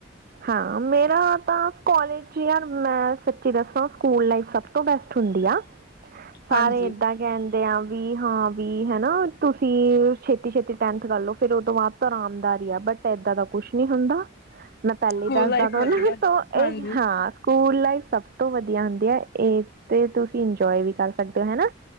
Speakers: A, on the right; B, on the left.
A: ਹਾਂ ਮੇਰਾ ਤਾ ਕਾਲਜ ਮੈਂ ਸੱਚੀ ਦੱਸਾਂ ਸਕੂਲ ਲਾਈ ਸਭ ਤੋਂ ਬੈਸਟ ਹੁੰਦੀ ਆ ਸਾਰੇ
B: ਹਾਂਜੀ
A: ਏਦਾਂ ਕ ਵੀ ਹਾਂ ਵੀ ਹਨਾ ਤੁਸੀਂ ਛੇਤੀ ਛੇਤੀ ਟੈਂਨਥ ਕਰਲੋ ਫੇਿਰ ਉਹ ਤੋਂ ਬਾਅਦ ਤੋਂ ਆਰਾਮਦਾਰੀ ਆ ਬਟ ਏਦਾਂ ਦਾ ਕੁਛ ਨੀ ਹੁੰਦਾ ਮੈਂ ਪਹਿਲੇ
B: ਸਕੂਲ
A: ਹੀ ਦੱਸਦਾ
B: ਲਾਈਫ
A: ਤ
B: ਵਧੀਆ
A: ਨਾ
B: ਹਾਂਜੀ,
A: ਇਹ ਹਾਂ ਸਕੂਲ ਸਭ ਤੋਂ ਵਧੀਆ ਹੁੰਦੀ ਆ ਇਹ ਤੇ ਤੁਸੀਂ ਇੰਜੋਏ ਵੀ ਕਰ ਸਕਦੇ ਹੋ ਹਨਾ